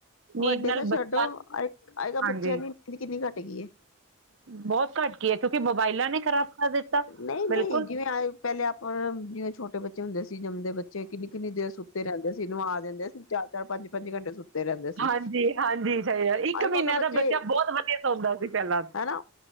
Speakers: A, on the right (about 65°); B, on the left (about 80°).
A: ਨੀਂਦ
B: ਵੱਡੇ
A: ਨਾਲ
B: ਤਾਂ ਛੱਡੋ
A: ਬੱਚਾ
B: ਅ ਅੱਜ-ਕੱਲ੍ਹ
A: ਹਾਂਜੀ
B: ਬੱਚਿਆਂ ਦੀ ਨਿਹ ਕਿੰਨੀ ਘੱਟ ਗਈ ਐ।
A: ਬਹੁਤ ਘੱਟ ਕੀ ਹੈ ਕਿਉਂਕਿ ਮੋਬਾਇਲਾਂ ਨੇ ਖ਼ਰਾਬ ਕਰ ਦਿੱਤਾ
B: ਨਈਂ
A: ਬਿਲਕੁਲ
B: ਨਈਂ ਜਿਵੇਂ ਆ ਪਹਿਲੇ ਆਪਾਂ ਜਿਵੇਂ ਛੋਟੇ ਬੱਚੇ ਹੁੰਦੇ ਸੀ ਜੰਮਦੇ ਬੱਚੇ ਕਿੰਨੀ-ਕਿੰਨੀ ਦੇਰ ਸੁੱਤੇ ਰਹਿੰਦੇ ਸੀ, ਨਵਾਂ ਦਿੰਦੇ ਸੀ ਚਾਰ-ਚਾਰ ਪੰਜ-ਪੰਜ ਘੰਟੇ ਸੁੱਤੇ ਰਹਿੰਦੇ ਸੀ
A: ਹਾਂਜੀ, ਹਾਂਜੀ। ਸਈ ਗਲ, ਇੱਕ
B: ਅੱਜ
A: ਮਹੀਨੇ
B: ਕੱਲ੍ਹ ਤਾਂ ਬੱਚੇ
A: ਦਾ ਬੱਚਾ ਬਹੁਤ ਵਧੀਆ ਸੌਂਦਾ ਸੀ ਪਹਿਲਾਂ।
B: ਹਨਾ